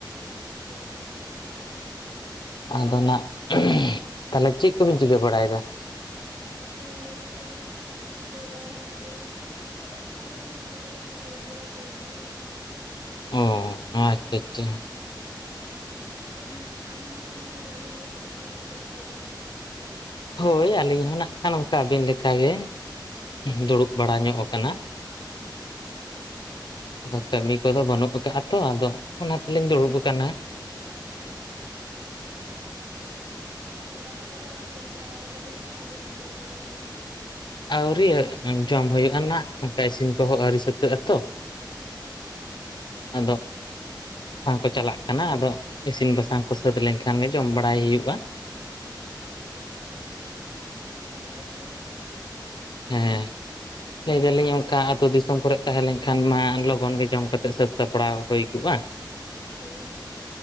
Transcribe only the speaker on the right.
ᱦᱩᱢ᱾
ᱟᱨ ᱱᱤᱛᱚᱜ ᱫᱚ ᱱᱟᱜ ᱪᱤᱠᱟᱹ ᱵᱟᱲᱟ ᱞᱮᱠᱟᱛᱮᱫᱚ ᱦᱟᱸᱜᱼᱼ ᱪᱮᱫ ᱦᱚᱸ ᱵᱟᱝᱜᱮ ᱱᱚᱜ ᱚᱭ ᱛᱚ ᱫᱩᱲᱩᱵ ᱵᱟᱲᱟ ᱦᱩᱭ ᱟᱠᱟᱱᱟ᱾
ᱟᱢ ᱟᱢ ᱜᱮ ᱟᱹᱵᱤᱱ ᱜᱮ ᱪᱮᱫ ᱠᱚ ᱵᱤᱱ ᱪᱤᱠᱟᱹ ᱵᱟᱲᱟᱭᱮᱫᱟ?
ᱦᱮᱸ ᱟᱪᱪᱷᱟ᱾
ᱦᱳᱭ ᱟᱨ ᱫᱟᱠᱟ ᱠᱚᱫᱚ ᱡᱚᱢ ᱵᱟᱲᱟ ᱟᱠᱟᱫᱟᱵᱤᱱ ᱥᱮ ᱟᱣᱨᱤ ᱵᱤᱱ ᱡᱚᱢ ᱵᱟᱲᱟᱭ ᱜᱮᱭᱟ?
ᱟᱪᱪᱷᱟ᱾
ᱟᱪᱪᱷᱟ ᱛᱟᱦᱚᱞᱮ ᱠᱷᱟᱱᱼᱼ
ᱦᱳᱭ᱾